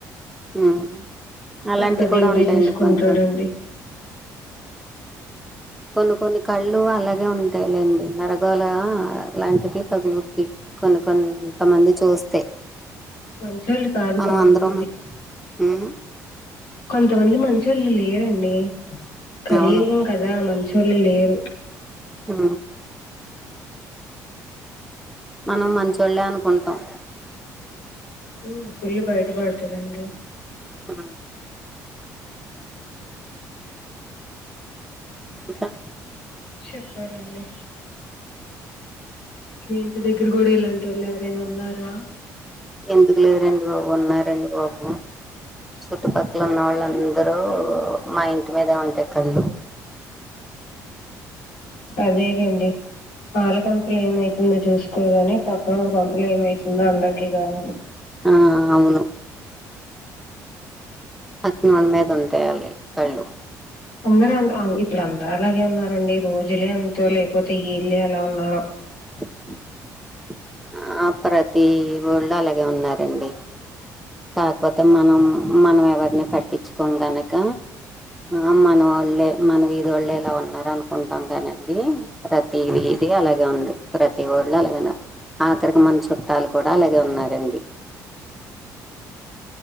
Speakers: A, in the centre; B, on the left.
A: ఉమ్ అలాంటివి
B: అంత దేవుడే
A: కూడా ఉంటాయండి
B: చూసుకుంటాడండి
A: కొన్ని కొన్ని కొన్ని కొన్ని కళ్ళు అలాగే ఉంటాయిలేండి నరగోల లాంటిది తగులుద్ది కొన్ని కొన్ కొంతమంది చూస్తే
B: మంచోళ్ళు కాదు
A: మనం
B: కొంతమంది
A: అందరం ఉమ్
B: కొంతమంది మంచోళ్ళు లేయరండి కలియుగం
A: అవును
B: కదా మంచోళ్ళు లేరు
A: ఆ మనం మంచోళ్ళే అనుకుంటాం
B: ఉమ్ కుళ్ళు బయట పడుతుందండి
A: హ ఇంకా
B: చెప్పాలండి మీ ఇంటి దగ్గర కూడా ఇలాంటి వాళ్ళు ఎవరైనా ఉన్నారా
A: ఎందుకు లేరు అండి బాబు ఉన్నారు అండి బాబు చుట్టుపక్కల ఉన్న వాళ్ళ లందరూ మా ఇంటి మీదే ఉంటయి కళ్ళు
B: అదే లెండి ఆలకొంపలు ఏమై ముందు చూసుకోరు కాగాని పక్కనోడి కొంపలో ఏమైతుందో అందరికి కావాలి
A: ఆ అవును పక్కన వాళ్ళ మీద ఉంటయి వాళ్లవి కళ్ళు
B: అందరూ అలా ఇప్పుడు అందరు అలాగే ఉన్నారండి రోజులే అంతో లేకపోతే ఈళ్లే అలా ఉన్నారో
A: <inaudible> ఆ ప్రతి వోళ్ళు అలాగే ఉన్నారండి కాకపోతే మనం మనం ఎవరిని పట్టించుకోం గనక ఆ మనోళ్ళే మన వీదోళ్ళే ఇలా ఉన్నారనుకుంటాం కానండి ప్రతి వీధి అలాగే ఉంది ప్రతి వోళ్ళు అలాగే ఉన్నారు ఆఖరికి మన చుట్టాలు కూడా అలాగే ఉన్నారండి